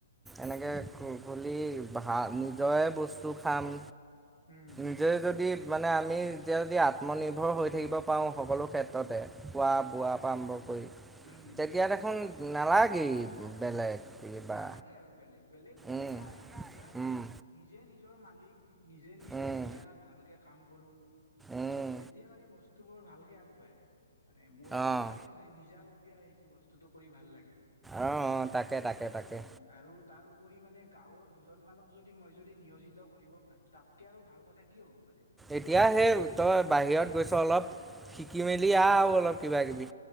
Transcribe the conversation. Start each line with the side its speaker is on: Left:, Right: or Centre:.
Centre: এনেকে
Left: উম
Centre: খুলি ভা নিজৰে বস্তু খাম।
Left: উম
Centre: নিজে যদি মানে আমি যেতিয়া যদি আত্মনিৰ্ভৰ হৈ থাকিব পাৰোঁ সকলো ক্ষেত্ৰতে, খোৱা
Left: অ
Centre: বোৱা পৰা আৰম্ভ কৰি
Left: উম
Centre: তেতিয়া দেখোন নালাগেই বেলেগ কিবা
Left: নালাগে আৰু বেলেগ-বেলেগ সুখ
Centre: উম
Left: নাই নিজা
Centre: উম
Left: নিজে নিজৰ মালিক। নিজে নিজৰ
Centre: উম
Left: যেতিয়া ভালকে কাম কৰো
Centre: উম
Left: তেতিয়া মানে বস্তুবোৰ ভাল। কে আগবাৰে। মানে মোৰো
Centre: অঁ
Left: সেইটো আছে মানে নিজাববীয় সেইটো বস্তুটো কৰি ভাল লাগে।
Centre: অঁ অঁ তাকে তাকে তাকে
Left: উ আৰু তাৰ উপৰি মানে গাঁৱৰ দুজন মানক যদি মই যদি নিয়োজিত কৰিব পাৰো। তাতকে আৰু ভাল কথা কি হ'ব পাৰে
Centre: এতিয়া সেই তই বাহিৰত গৈছ অলপ শিকি মেলি
Left: উম
Centre: আহ অলপ কিবা কিবি